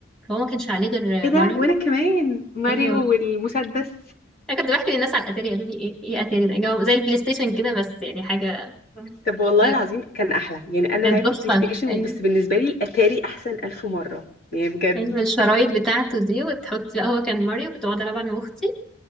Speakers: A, in the centre; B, on the left.
A: فهو ما كانش عليه غير
B: ايه ده
A: ماريو
B: وانا كمان ماريو
A: ايوه
B: والمسدس
A: انا كنت بحكي للناس على الاتاري قالوا لي ايه ايه اتاري ده جاوب- زي البلاي ستيشن كده بس يعني حاجه
B: طب والله
A: يعني
B: العظيم كان احلى يعني انا
A: كان
B: لعبت
A: تحفه
B: بلاي ستيشن
A: أيوة.
B: بس بالنسبه لي الاتاري احسن الف مره يعني بجد
A: ايوه الشرايط بتاعته دي وتحط لا هو كان ماريو كنت بقعد العب انا واختي